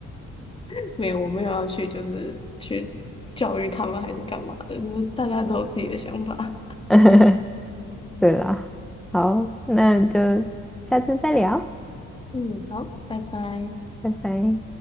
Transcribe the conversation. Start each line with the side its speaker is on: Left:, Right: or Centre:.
Left: <laughs> 没有，我没有要去就是去教育他们还是干嘛的，就是大家都有自己的想法。
Centre: <laughs> 对啦，好，那就下次再聊，
Left: 嗯，好，拜拜。
Centre: 拜拜。